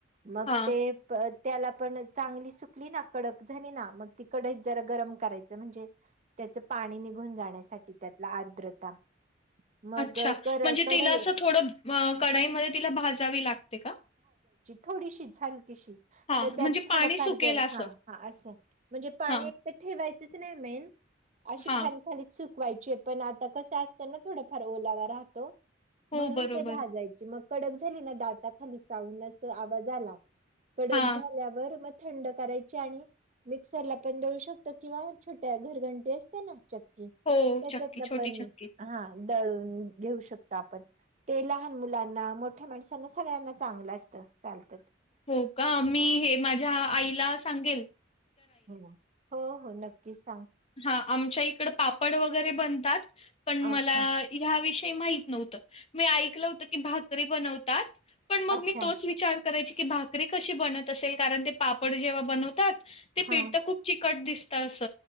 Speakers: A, on the right (about 40°); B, on the left (about 30°).
A: मग
B: हा
A: ते- त्याला पण चांगली सुकली ना? कडक झाली ना? मग ती कढइत जरा गरम करायच म्हणजे- त्याच पाणी निघून जाण्यासाठी. त्यातला आर्द्रता. मग
B: अच्छा
A: कर
B: म्हणजे
A: कढई
B: तिला असं थोडं कडाईमध्ये तिला भाजावी लागते का?
A: थोडीशी झाली. क
B: हा
A: तर त्यात
B: म्हणजे पाणी
A: थोडफार
B: सुकेल
A: जर
B: असं
A: हाा असं. म्हणजे पाणी
B: हा
A: एक तर ठेवायचंच नाही मेन- अशी
B: हा
A: फॅनखालीच सुकवायची. पण आता कसं असतना थोडफार ओलावा राहतो.
B: हो
A: म्हणून
B: बरोबर
A: ते भाजायची. मग कडक झाली ना? दाता खाली चावून अस आवाज आला- कडक
B: हां.
A: झाल्यावर म- थंड करायची आणि मिक्सरला पण दळू शकता किंवा छोट्या घरघंटी असते ना? त्याच्यातन
B: हो, चक्की, छोटी
A: पण,
B: चक्की.
A: हा. दळून घेऊ शकतो आपण. ते लहान मुलांना, मोठ्या माणसांना सगळ्यांना चांगलं असतं चालत.
B: हो का मी हे माझ्या आईला सांगेल
A: हो हो हो नक्कीच सांग
B: हा आमच्या इकड पापड वगैरे बनतात पण मला
A: अच्छा
B: ह विषयी माहिती मी ऐकलं होत की भाकरी बनवतात पण मग
A: अच्छा
B: मी तोच विचार कराय की भाकरी कशी बनत असेल कारण ते पापड जेव्हा बनवतात ते
A: हा
B: पीठत खूप चिकट दिस तस